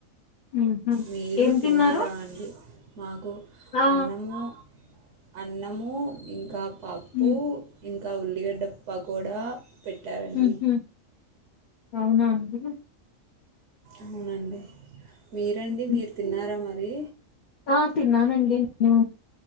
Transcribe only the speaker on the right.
మీరు
తిన్నారా
అండి మాకు
అన్నము అన్నము ఇంకా పప్పు
ఇంకా ఉల్లిగడ్డ పకోడా పెట్టారండి
అవునండి మీరండి
మీరు తిన్నారా మరి